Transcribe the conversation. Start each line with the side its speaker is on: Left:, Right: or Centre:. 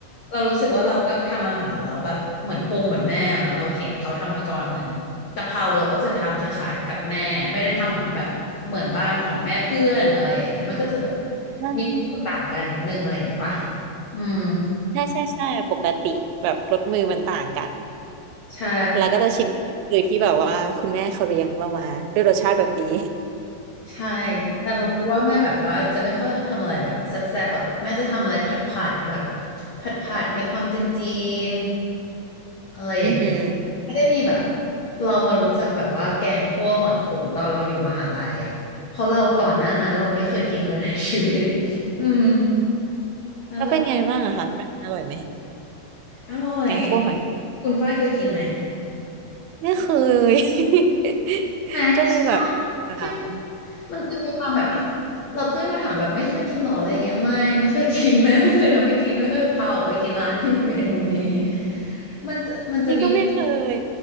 Left: เรารู้สึกว่าเราก็ทำอาหารแล้วแบบเหมือนปรุงเหมือนแม่อะเหมือนเราเห็นเขาทำมาก่อนเหมือน กะเพราเราก็จะทำคล้ายๆกับแม่ไม่ได้ทำเหมือนแบบเหมือนบ้านของแม่เพื่อนอะไรอย่างเงี้ยมันก็จะแบบ
Right: อืม
Left: มีตัวต่างกันนิดนึงอะไรอย่างงี้ปะอืม
Right: ใช่ใช่ใช่ปกติแบบรสมือมันต่างกัน
Left: ใช่
Right: แล้วก็จะชิมคือที่แบบว่าคุณแม่เขาเลี้ยงเรามาด้วยรสชาติแบบนี้
Left: ใช่แต่พอคิดว่าแม่แบบว่าจะไม่ค่อยชอบทำอะไรแบบแซ่บๆอ่ะแม่จะทำอะไรผัดผัดแบบผัดผัดมีความจีนจีนอะไรอย่างเงี้ยไม่ได้มีแบบ
Right: <laughs> อือหือ
Left: เรามารู้จักแบบว่าแกงคั่วหอยขมตอนเราอยู่มหาลัยอ่ะเพราะเราก่อนหน้านั้นเราไม่เคยกินเลยในชีวิตอืมนั่นแหละ
Right: แล้วเป็นไงบ้างอะคะมันอร่อยไหม
Left: อร่อย
Right: แกงคั่วหอย
Left: คุณฝ้ายเคยกินไหม
Right: ไม่เคย <laughs>
Left: น
Right: ก็เลยแบบถาม
Left: ะใช่ปะมันจะมีความแบบอ้าวเราเพื่อนมาถามแบบไม่เคยกินหรออะไรเงี้ยไม่ไม่เคยกิน <laughs> แม่ไม่เคยทำให้กินไม่เคยพาออกไปกินร้านที่มีเมนูนี้ <laughs> มันจะมันจะมีความ
Right: นี่ก็ไม่เคย